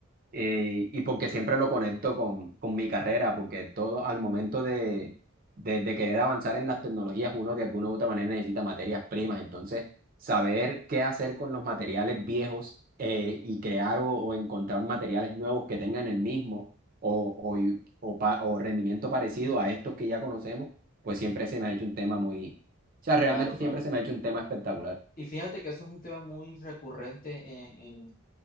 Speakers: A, on the right; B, on the left.
A: Eh, y porque siempre lo conecto con, con mi carrera, porque todo al momento de, de, de querer avanzar en las tecnologías, uno de alguna u otra manera necesita materias primas. Entonces, saber qué hacer con los materiales viejos eh, y crear o, o encontrar materiales nuevos que tengan el mismo o, o, y- o, pa- o rendimiento parecido a estos que ya conocemos, pues siempre se me ha hecho un tema muy... O sea, realmente
B: claro, claro.
A: siempre se me ha hecho un tema espectacular.
B: Y fíjate que eso es un tema muy recurrente en, en-